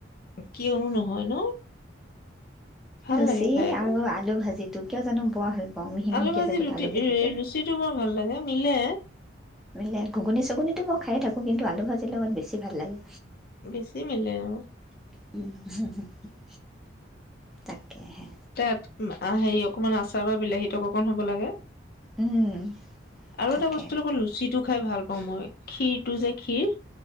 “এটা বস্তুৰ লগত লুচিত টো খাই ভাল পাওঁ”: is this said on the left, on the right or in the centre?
Left